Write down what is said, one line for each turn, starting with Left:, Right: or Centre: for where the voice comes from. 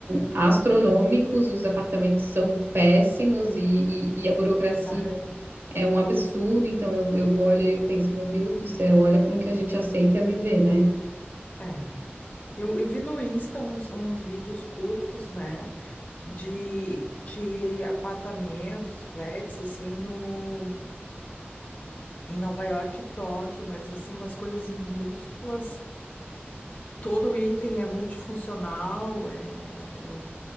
Right: astronômicos, os apartamentos são péssimos e, e, e a burocracia
Left: bah,
Right: é um absurdo. Então, eu, eu olho e eu penso, meu Deus do céu, olha como que a gente aceita viver, né?
Left: é. Eu, eu vi no Insta uns, uns vídeos curtos, né, de, de apartamentos, flats, assim, no, em Nova York e Tóquio, mas assim, umas coisas minúsculas. Todo item é multifuncional, é, é o-